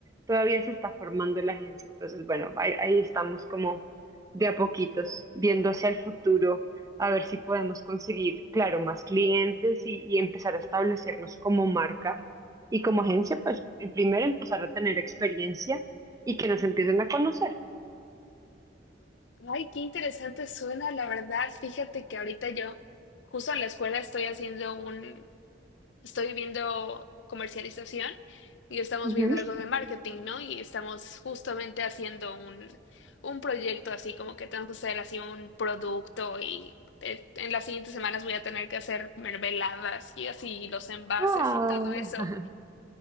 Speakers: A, on the right (about 20°); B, on the left (about 75°).
A: todavía se está formando la agencia. Entonces, bueno, ahí, ahí estamos como de a poquitos, viendo hacia el futuro, a ver si podemos conseguir, claro, más clientes y, y empezar a establecernos como marca y como agencia, pues en primero empezar a tener experiencia y que nos empiecen a conocer.
B: Ay, qué interesante suena, la verdad. Fíjate que ahorita yo, justo en la escuela, estoy haciendo un, estoy viendo comercialización y estamos
A: Ujú.
B: viendo algo de marketing, ¿no? Y estamos justamente haciendo un, un proyecto así, como que tenemos que hacer así un producto y eh, en las siguientes semanas voy a tener que hacer mermeladas y así los envases
A: Ah,
B: y todo eso.
A: <laughs>